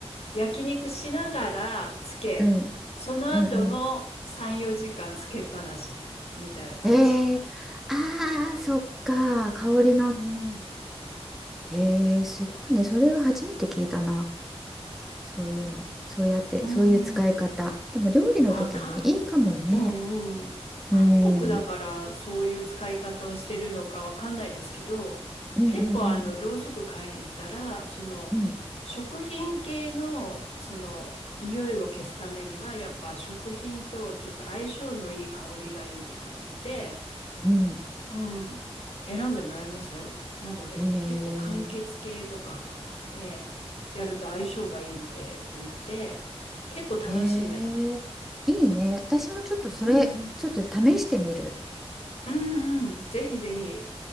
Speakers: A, on the left; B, in the centre.
A: 焼肉しながらつけ、
B: うん
A: その後も3、
B: うんう
A: 4時間つけっぱなしみたいな感じ。
B: ん。えー、あー、そっか。香りのね。
A: うん、
B: へえ、すごいね。それは初めて聞いたな。そういうの。そうやって、
A: うん。
B: そういう使い方。でも料理の時にいいかもね。
A: あ、か、うんうん。韓国だからそういう使い方をしてるのかわかんないですけど、
B: うん。うんうんうんうん
A: 結構あの、ろうそく買いに行ったら、その、
B: うん。
A: 食品系の、その、匂いを消すためには、やっぱ食品とちょっと相性のいい香りがいいとか言って、
B: うん
A: うん、選んでもらいましたよ。なので結構完結系とかでやると相性がいいのでって言って結構楽しんでます。
B: へえ。へえ。いいね。私もちょっとそれ、
A: うんうん。
B: ちょっと試してみる。
A: うんうん。ぜひぜひ。